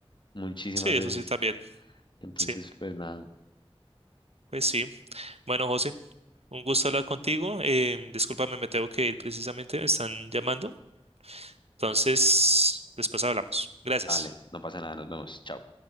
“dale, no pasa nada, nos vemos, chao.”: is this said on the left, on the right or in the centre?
Left